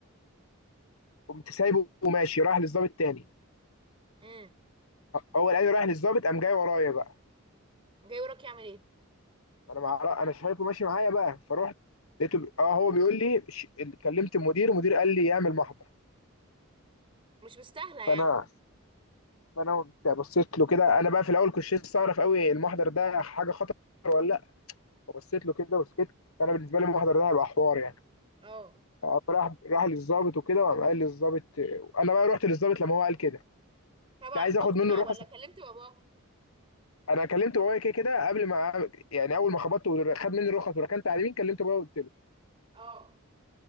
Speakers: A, on the left; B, on the right.
A: قمت سايبه وماشي رايح للظابط تاني
B: امم
A: هو لقاني رايح للظابط قام جاي ورايا بقى
B: جاي وراك يعمل ايه
A: انا مع... انا شايفه ماشي معايا بقى فروحت لقيته ب... اه هو بيقول لي ش... كلمت المدير المدير قال لي اعمل محضر
B: مش مستاهله يعني
A: فانا فانا قمت بصيت له كده انا بقى في الاول كنت لسه اعرف قوي المحضر ده حاجه خطر ولا لا فبصيت له كده وسكت فانا بالنسبه لي المحضر ده هيبقى حوار يعني
B: اه
A: فقام راح راح للظابط وكده وقام قال للظابط انا بقى رحت للظابط لما هو قال كده
B: طبعا
A: كنت عايز
B: خفت
A: اخد منه
B: بقى
A: الرخص
B: ولا كلمت باباك
A: انا كلمت بابايا كده كده قبل ما أعمل- يعني اول ما خبطت وخد مني الرخص وركنت على اليمين كلمت بابايا وقلت له
B: اه